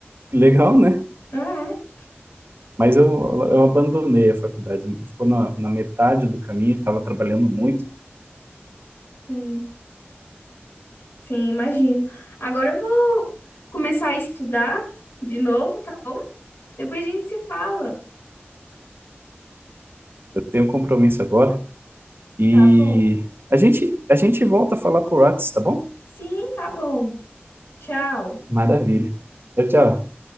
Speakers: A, on the right; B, on the left.
A: legal, né?
B: É,
A: Mas eu, eu abandonei a faculdade, ficou na, na metade do caminho, estava trabalhando muito,
B: sim. Sim, imagino. Agora eu vou começar a estudar de novo, tá bom? Depois a gente se fala.
A: eu tenho um compromisso agora. E
B: Tá bom.
A: a gente, a gente volta a falar por WhatsApp, tá bom?
B: Sim, tá bom. Tchau.
A: Maravilha. Tchau, tchau.